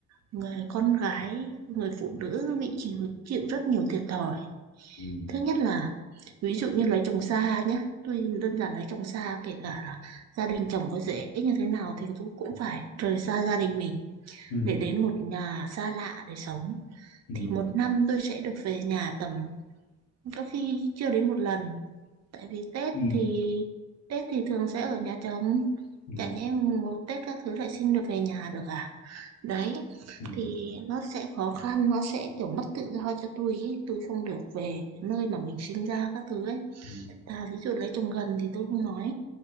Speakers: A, on the right; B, on the left.
A: người con gái người phụ nữ bị chịu chịu rất nhiều thiệt thòi
B: Ừ.
A: thứ nhất là ví dụ như lấy chồng xa nhá tôi đơn giản lấy chồng xa kể cả là gia đình chồng có dễ như thế nào thì tôi cũng phải rời xa gia đình mình
B: Ừ.
A: để đến một nhà xa lạ để sống
B: Ừ.
A: thì một năm tôi sẽ được về nhà tầm có khi chưa đến một lần tại vì Tết
B: Ừ.
A: thì Tết thì thường sẽ ở nhà chồng
B: Ừ.
A: chả nhẽ một Tết các thứ lại xin được về nhà được à đấy
B: Ừ.
A: thì nó sẽ khó khăn nó sẽ kiểu mất tự do cho tôi ý. tôi không được về nơi mà mình sinh ra các thứ ấy
B: Ừ.
A: ta ví dụ lấy chồng gần thì tôi không nói